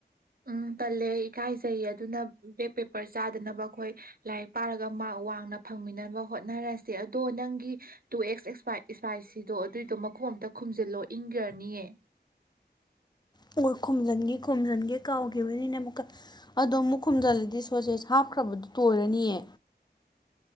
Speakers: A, on the right (about 55°); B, on the left (about 25°).
A: ꯎꯝ ꯇꯜꯂꯦ ꯏꯀꯥꯏꯖꯩꯌꯦ ꯑꯗꯨꯅ ꯕꯦꯛ ꯄꯦꯄꯔ ꯆꯥꯗꯅꯕ ꯑꯈꯣꯏ ꯂꯥꯏꯔꯤꯛ ꯄꯥꯔꯒ ꯃꯥꯛ ꯋꯥꯡꯅ ꯐꯪꯃꯤꯟꯅꯅꯕ ꯍꯣꯠꯅꯔꯁꯦ ꯑꯗꯣ ꯅꯪꯒꯤ ꯇꯨ ꯑꯦꯛꯁ ꯢꯢꯁꯄꯥꯥꯢ ꯏꯁꯄꯥꯏꯁꯤꯗꯣ ꯑꯗꯨꯏꯗꯣ ꯃꯈꯨꯝ ꯑꯝꯇ ꯈꯨꯝꯖꯤꯜꯂꯣ ꯏꯪꯒ꯭ꯔꯅꯤꯌꯦ꯫
B: ꯍꯣꯏ ꯈꯣꯨꯝꯖꯤꯟꯒꯦ ꯈꯣꯨꯝꯖꯤꯟꯒꯦ ꯀꯥꯎꯈꯤꯕꯅꯤꯅ ꯑꯃꯨꯛꯀ꯫ ꯑꯗꯣ ꯑꯃꯨꯛ ꯈꯨꯝꯖꯤꯜꯂꯗꯤ ꯁꯣꯁꯦꯁ ꯍꯥꯞꯈ꯭ꯔꯕꯗꯨ ꯇꯣꯏꯔꯅꯤꯌꯦ꯫